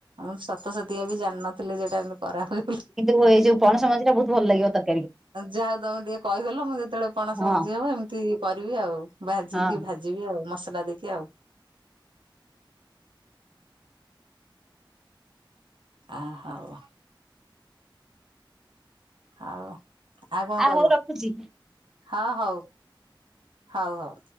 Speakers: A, on the right; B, in the centre.
A: ମୁଁ ସତ ସତଆ ବି ଜାଣିନଥିଲେ ଯେଟା ଏମତି କରା ହୁଏ ବୋଲି।
B: କିନ୍ତୁ, ଏଇ ଯୋଉ ପଣସ ମଞ୍ଜିଟା ବହୁତ ଭଲ ଲାଗିବ। ତକ୍ -
A: ଯା ହଉ ତମେ ଟିକେ କହିଦେଲ। ମୁଁ ଯେତେବେଳେ ପଣସ
B: ହଁ
A: ମଞ୍ଜି ହବ ଏମିତି କରିବି ଆଉ। ଭା
B: ହଁ
A: ଯିକି ଭାଜିବି ଆଉ, ମସଲା ଦେଇକି ଆଉ। ଆହ! ଆଉ- ଆଉ କଣ
B: ଆ
A: କହିବ?
B: ହଉ ରଖୁଛି।
A: ହଁ ହଉ, ହଉ ହଉ।